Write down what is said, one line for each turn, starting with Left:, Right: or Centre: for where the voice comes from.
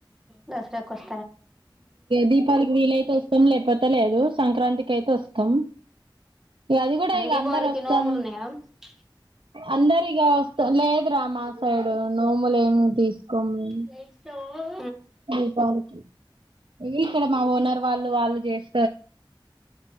Centre: దసరా కొస్తా
Right: దీపాలకి వీలైతే వస్తాం లేకపోతే లేదు సంక్రాంతికి అయితే వస్తాం. ఇ అది కూడా ఇక
Centre: దీపావళికి
Right: అందరు వస్తాం.
Centre: నోములు ఉన్నాయా
Right: అందరిగా వస్తా లేదురా మా సైడు నోములు ఏమి తీసుకోము.
Centre: నష్టో <unintelligible>
Right: దీపాళికి ఇవి ఇక్కడ మా ఓనర్ వాళ్ళు వాళ్ళు చేస్త